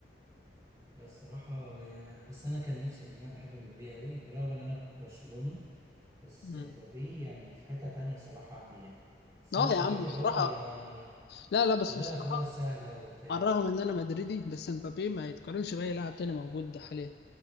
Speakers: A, on the right (about 20°); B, on the left (about 60°).
A: لا الصراحة يعني بس أنا كان نفسي لأن أنا بحب مبابي قوي بالرغم إن أنا برشلوني بس
B: مم.
A: مبابي يعني في حتة تانية الصراحة عندي يعني بس
B: اه
A: أنا اتفاجئت
B: يا عم
A: اللي
B: بصراحه
A: هو يعني
B: لا لا بس
A: بيضيع
B: بصراحه
A: فرص سهلة وبتاع
B: على الرغم ان انا مدريدي بس مبابي ما يتقارنش باي لاعب تاني موجود حاليا